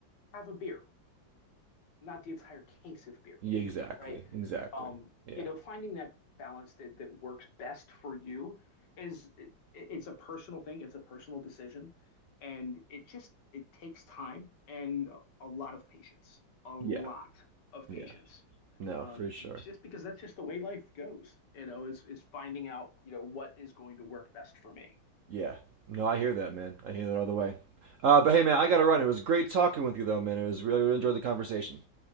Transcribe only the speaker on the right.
Yeah, exactly.
Exactly.
Yeah.
Yeah.
Yeah. No,
for sure.
Yeah. No, I hear that, man. I hear that all the way. Uh, but hey, man, I got to run. It was great talking with you, though, man. It was really, really enjoyed the conversation.